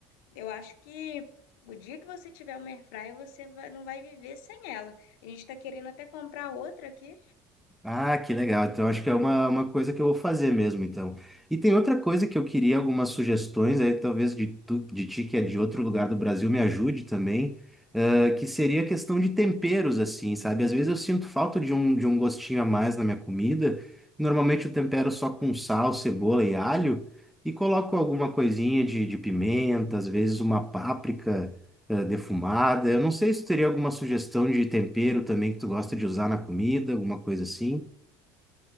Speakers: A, on the left; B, in the centre.
A: Eu acho que o dia que você tiver uma airfryer, você vai- não vai viver sem ela. A gente está querendo até comprar outra aqui,
B: Ah, que legal. Então, acho que é uma, uma coisa que eu vou fazer mesmo, então. E tem outra coisa que eu queria algumas sugestões aí, talvez de, tu, de ti, que é de outro lugar do Brasil, me ajude também, ah, que seria a questão de temperos, assim, sabe? Às vezes eu sinto falta de um, de um gostinho a mais na minha comida. Normalmente eu tempero só com sal, cebola e alho, e coloco alguma coisinha de, de pimenta, às vezes uma páprica, eh, defumada. Eu não sei se tu teria alguma sugestão de tempero também que tu gosta de usar na comida, alguma coisa assim.